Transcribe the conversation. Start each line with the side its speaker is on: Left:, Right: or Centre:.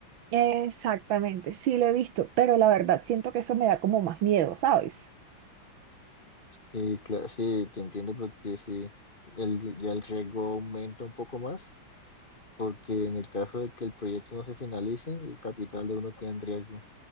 Right: Exactamente, sí lo he visto, pero la verdad siento que eso me da como más miedo, ¿sabes?
Left: Y claro, sí, te entiendo porque sí, el, ya el riesgo aumenta un poco más, porque en el caso de que el proyecto no se finalice, el capital de uno queda en riesgo.